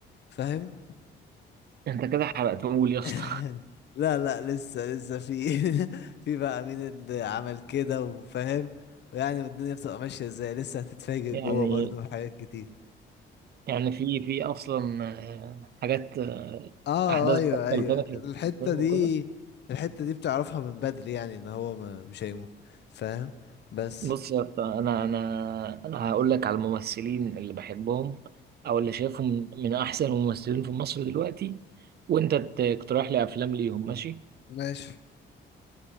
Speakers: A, on the left; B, on the right.
A: فاهم
B: انت كده حرقته لي يا اسطى
A: <laughs> لا لا لسه لسه في <laughs> في بقى مين اللي عمل كده وفاهم يعني الدنيا بتبقى ماشية ازاي لسه هتتفاجئ
B: يعني
A: جوه برضه بحاجات كتير
B: يعني في في اصلا آه، حاجات آه،
A: اه
B: احداث
A: ايوه
B: بتحصل
A: ايوه
B: تاني
A: الحتة
B: في الفيلم
A: دي
B: وكده
A: الحتة دي بتعرفها من بدري يعني ان هو ما مش هيموت فاهم بس
B: بص يا اسطى انا انا انا هقول لك على الممثلين اللي بحبهم او اللي شايفهم من احسن الممثلين في مصر دلوقتي وانت تقترح لي افلام ليهم ماشي
A: ماشي